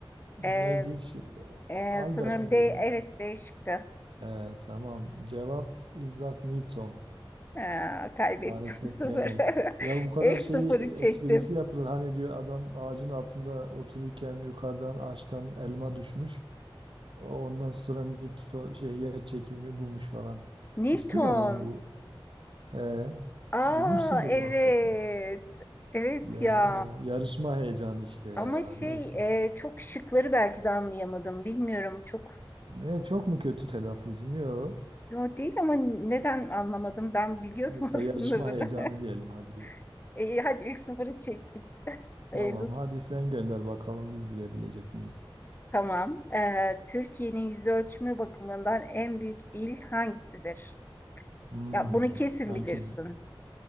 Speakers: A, on the right (about 65°); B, on the left (about 20°).
A: Neydi
B: Ee,
A: hiç?
B: ee,
A: Albert
B: sanırım
A: mi
B: D,
A: dedin?
B: evet D şıkkı.
A: Ee, tamam. Cevap Isaac Newton.
B: Aa, kaybettim
A: Maalesef
B: <laughs> sıfırı.
A: bilemem. Ya bu kadar
B: İlk
A: şey
B: sıfırı çektim.
A: esprisi yapılır. Hani diyor adam ağacın altında otururken yukarıdan ağaçtan elma düşmüş. O- Ondan sonra Newton şey yer çekimini bulmuş falan.
B: Newton.
A: Hiç duymadın mı bu? Ee,
B: Aa
A: duymuşsundur
B: evet.
A: muhakkak ya.
B: Evet
A: Ya
B: ya.
A: ya yarışma heyecanı işte ya.
B: Ama şey
A: Neyse.
B: e, çok şıkları belki de anlayamadım. Bilmiyorum çok.
A: Ne çok mu kötü telaffuzum? Yok.
B: Yo değil ama neden anlamadım? Ben biliyordum
A: Neyse
B: <laughs> aslında
A: yarışma
B: bunu.
A: heyecanı diyelim hadi.
B: <laughs> İyi hadi ilk sıfırı çektik. Hayırlısı.
A: Tamam hadi sen gönder bakalım biz bilebilecek miyiz?
B: Tamam. Ee, Türkiye'nin yüz ölçümü bakımından en büyük il hangisidir?
A: Hmm,
B: Ya bunu kesin
A: sanki
B: bilirsin.